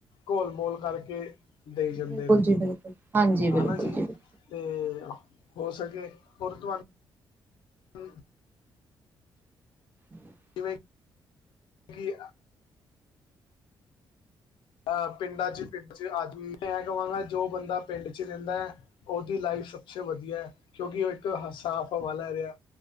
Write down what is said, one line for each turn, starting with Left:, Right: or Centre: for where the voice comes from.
Left: ਘੋਲ-ਮੋਲ ਕਰਕੇ ਦਈ ਜਾਂਦੇ
Right: ਬਿਲਕੁਲ
Left: ਨੇ,
Right: ਜੀ ਬਿਲਕੁਲ ਹਾਂਜੀ ਬਿਲਕੁਲ
Left: ਹਨਾ ਜੀ।
Right: ਬਿਲਕੁਲ
Left: ਤੇ, ਹੋ ਸਕੇ, ਔਰ ਤੁਹਾਨੂੰ ' <unintelligible>
Right: ' <inaudible>
Left: ਜਿਵੇਂ ' <inaudible> ' ਕਿ ਅਹ, ਪਿੰਡਾਂ 'ਚ' ਪਿੰਡ 'ਚ' ਆਦਮੀ ਮੈਂ ਕਹਾਂਗਾ ਜੋ ਬੰਦਾ ਪਿੰਡ 'ਚ' ਰਹਿੰਦਾ। ਉਹਦੀ ਲਾਈਫ ਸਭਸੇ ਵਧੀਆ, ਕਿਉਂਕਿ ਇੱਕ ਸਾਫ ਹਵਾ ਲੈ ਰਿਹਾ।